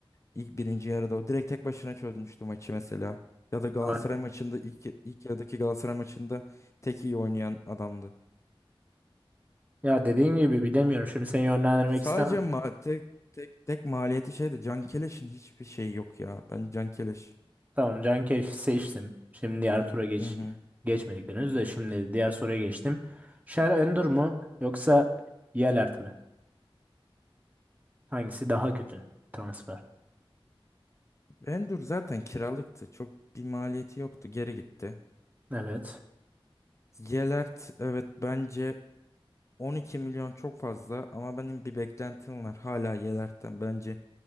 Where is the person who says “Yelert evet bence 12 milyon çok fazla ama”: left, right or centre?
Left